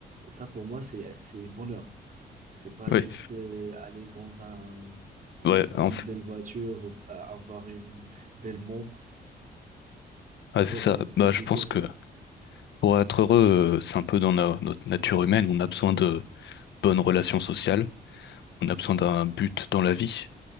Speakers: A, on the right; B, on the left.
A: Ça, pour moi, c'est c'est bonheur. C'est pas
B: Ouais.
A: juste euh, aller dans un dans
B: Ouais. enf-
A: une belle voiture, ou, euh, avoir une belle montre.
B: ah, c'est
A: Ouais,
B: ça.
A: donc c'est
B: Bah, je
A: plutôt
B: pense
A: ça.
B: que pour être heureux, euh, c'est un peu dans na- notre nature humaine. On a besoin de bonnes relations sociales. On a besoin d'un but dans la vie.